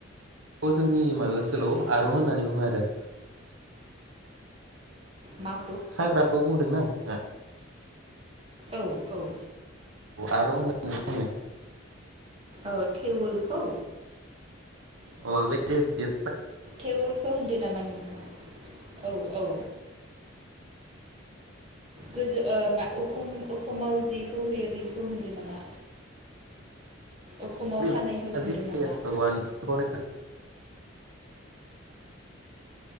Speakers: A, on the right; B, on the right.
A: बे जोंनि माबा ओनसोलाव आरुं होननानै बुङो आरो
B: मा
A: हाग्राखौ बुंदोंना नोंथाङा?
B: औ औ
A: आरुं होननानै बुङो
B: औ थेवलखौ
A: अब <unintelligible>
B: थेवलखौ होनदो नामा नोंथाङा औ औ गोजौ ओ मा उखुम उखुमाव जिखौ होयो बेखौ होनदों नामा उखुमाव
A: औवानिफ्राय
B: खानायखौ बुंदो नामा?
A: बानायनाय खोनादों।